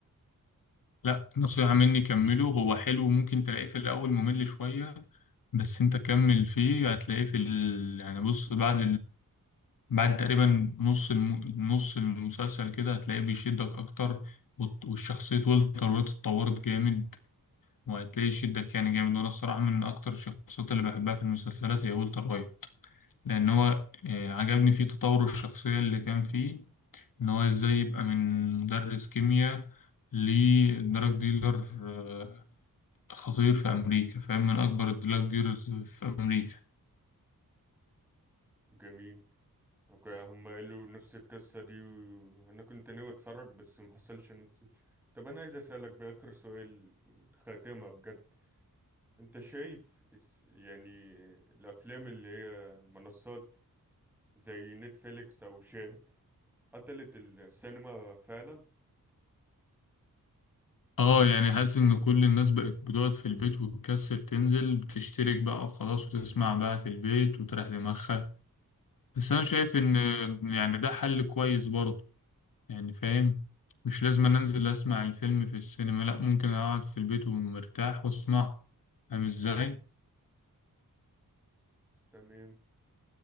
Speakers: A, on the left (about 70°); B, in the centre.
A: لا نصيحة مني كمله هو حلو ممكن تلاقيه في الاول ممل شوية بس انت كمل فيه هتلاقيه في ال... يعني بص بعد بعد تقريبا نص الم... نص المسلسل كده هتلاقيه بيشدك أكتر وت- والشخصية والتر وايت اتطورت جامد وهتلاقيه يشدك يعني جامد وأنا الصراحة من أكتر الشخصيات اللي بحبها في المسلسلات هي والتر وايت لأن هو آه، عجبني فيه تطور الشخصية اللي كان فيه إن هو إزاي يبقى من مدرس كيمياء لدراج ديلر آه، خطير في أمريكا فاهم من أكبر الدراج ديلرز في أمريكا
B: جميل اوكي هم قالوا نفس القصة دي وانا كنت ناوي اتفرج بس محصلش نفسي طب انا عايز اسألك بقى اخر سؤال خاتمة بجد انت شايف اس- يعني الافلام اللي هي منصات زي نتفليكس او شاهد قتلت السينما فعلا
A: اه يعني حاسس ان كل الناس بقت بتقعد في البيت وتكسل تنزل بتشترك بقى وخلاص وتسمع بقى في البيت وتريح دماغها بس انا شايف ان يعني ده حل كويس برضه يعني فاهم مش لازم أنا انزل اسمع الفيلم في السينما لا ممكن اقعد في البيت ومرتاح واسمع فاهم ازاي
B: تمام